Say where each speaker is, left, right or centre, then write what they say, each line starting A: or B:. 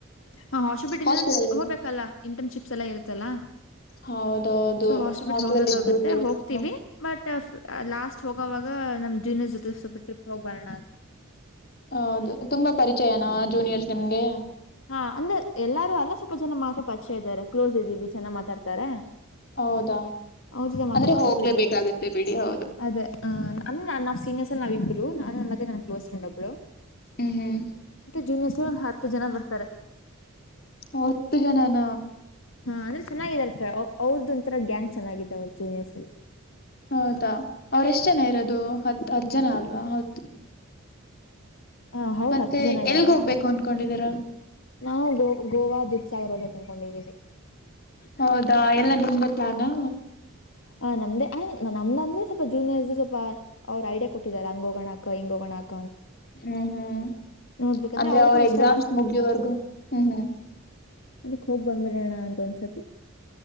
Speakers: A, on the left; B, on the left.
A: ಹಾ ಹೊಷ ಬಿಟ್ಟಿಂದ
B: ಹಾಸ್ಟೆಲ್
A: ಹೋಗ್ಲ್ಲಾ ಇಂಟರ್ನ್ಶಿಪ್ಸ್ ಎಲ್ಲಾ ಇರುತ್ತಲ್ಲಾ.
B: ಹೌದೌದು
A: ಸೊ ಹಾಸ್ಪಿಟ್
B: ಹಾಸ್ಟೆಲ್
A: ಹೋಗ್ಬೇಕಾಗುತ್ತೆ
B: ಇದ್ದು ವೇಸ್ಟ್
A: ಹೋಗ್ತೀವಿ ಬಟ್ ಲಾಸ್ಟ್ ಹೋಗವಾಗ ನಮ್ ಜೀನರ್ ಜೊತೆ ಸ್ವಲ್ಪ ಟ್ರಿಪ್ ಹೋಗ್ ಬರೋಣ ಅ
B: ಹೌದು ತುಂಬಾ ಪರಿಚಯನ ಜೂನಿಯರ್ಸ್ ನಿಮ್ಗೆ
A: ಹಾ ಅಂದ್ರ ಎಲ್ಲಾರೂ ಅಲ್ಲ ಸ್ವಲ್ಪ ಜನ ಮಾತ ಪಚೆ ಇದ್ದಾರೆ ಕ್ಲೋಸ್ ಇದೀವಿ ಚನಾಗ ಮಾತಾಡ್ತಾರೆ.
B: ಹೌದಾ.
A: ಹ ಜದ ಮಾತ
B: ಅಂದ್ರೆ
A: ಮಾತಾಡ್ತರ
B: ಹೋಗ್ಲೇಬೇಕಾಗತ್ತೆ
A: ಜಾಸ್
B: ಬಿಡಿ ಹೌದು
A: ಅದ ಅಂದ ನಾವ್ ಸೀನಿಯರ್ ಸ ನಾವಬ್ರು ನ ಮತ್ತ ನ ಕ್ಲೋಸ್ ಫ್ರೆಂಡ್ ಒಬ್ಬಳು.
B: ಹ್ಮ್ ಹ್ಮ್.
A: ಜೂನಿಯರ್ಸ್ ಗೋಳ ಹತ್ತ ಜನ ಬರ್ತಾರೆ.
B: ಹೊತ್ತ ಜನಾನ
A: ಹಾ ಅಂದ್ರೆ ಚೆನ್ನಗಿದರ ಅವ್ರದ್ದ ಒಂತರ ಗ್ಯಾಂಗ್ ಚೆನ್ನಾಗಿದೆ ಅವ್ರ ಜೂನಿಯರ್ಸ್.
B: ಹೌದಾ, ಅವ್ರ ಎಷ್ಟ್ ಜನ! ಇರೋದು, ಹತ್ತು, ಹತ್ತು, ಜನ, ಅಲ್ವಾ ಹೌದು. <inaudible>
A: ಹ, ಅವ್ರ
B: ಮತ್ತೆ
A: ಹತ್ತು ಜನ ಇದ್ದಾರೆ!
B: ಎಲ್ಗ್ ಹೋಗ್ಬೇಕು ಅನ್ಕೊಂಡಿದೀರಾ
A: ನಾವು, ಗೋ ಗೋವಾ, ದೀಕ್ಷ ಇರದು? <inaudible> ತೊಂಡಿದ್ದೀವಿ? <inaudible>
B: ಹೌದಾ, ಎಲ್ಲ, ನಿಮ್ದೇ, ಪ್ಲಾನಾ.. <inaudible>
A: ಆ, ನಮ್ಧೇ, ನಮ್ದ ಅಂದ್ರೆ! ಸ್ವಲ್ಪ ಜೂನಿಯರ್ಸ್, ಸ್ವಲ್ಪ, ಅವರು ಐಡಿಯಾ ಕೊಟ್ಟಿದ್ದಾರೆ. ಹಂಗ ಹೋಗೋಣಕ, ಹಿಂಗೆ ಹೋಗೋಣಾಕ? <inaudible>
B: ಹ್ಮ್, ಹ್ಮ್. <inaudible>
A: ನೋಡ್ಬೇಕಂದ್ರೆ
B: ಅಂದ್ರೆ,
A: ಅವ್ರಿಗೂ
B: ಅವ್ರ,
A: ಇಷ್ಟ
B: ಎಕ್ಸಾಮ್ಸ್ ಮುಗಿಯವರ್ಗೂ, ಹ್ಮ್. <inaudible>
A: ಅದಿಕ್, ಹೋಗ್, ಬಾನಿ, ಅಂತ ಒಂದ್ಸತಿ? <inaudible>